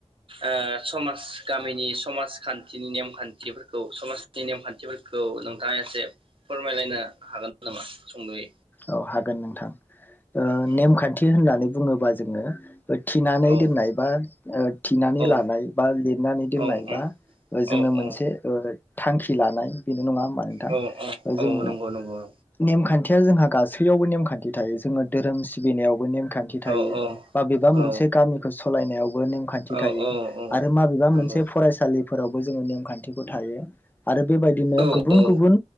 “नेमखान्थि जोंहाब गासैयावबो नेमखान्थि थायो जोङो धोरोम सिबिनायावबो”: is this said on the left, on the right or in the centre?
Left